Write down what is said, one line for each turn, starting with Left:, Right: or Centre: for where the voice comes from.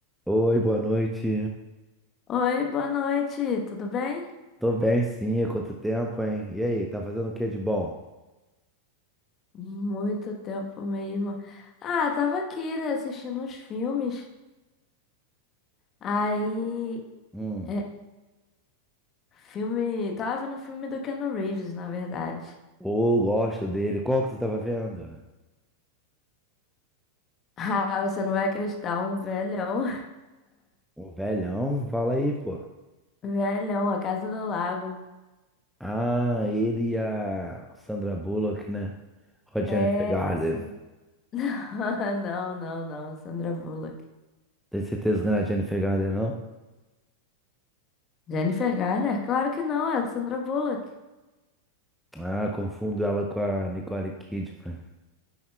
Centre: Oi, boa noite.
Left: Oi, boa noite, tudo bem?
Centre: Tô bem, sim. Há quanto tempo, hein? E aí, tá fazendo o que de bom?
Left: Muito tempo mesmo. Ah, tava aqui, né, assistindo uns filmes. Aí,
Centre: Hum.
Left: é, filme, tava vendo o filme do Keanu Reeves, na verdade. <laughs>
Centre: Ô, gosto dele. Qual que tu tava vendo?
Left: Ah, você não vai acreditar, um velhão.
Centre: Um velhão? Fala aí, pô.
Left: <laughs> Velhão, A Casa do Lago.
Centre: Ah, ele e a Sandra Bullock, né? Com a Jennifer
Left: É,
Centre: Garden.
Left: isso. aí. <laughs> Não, não, não, Sandra Bullock.
Centre: Tem certeza que não é a Jennifer Garden, não?
Left: Jennifer Garner? Claro que não, é a Sandra Bullock.
Centre: Ah, confundo ela com a Nicole Kidman.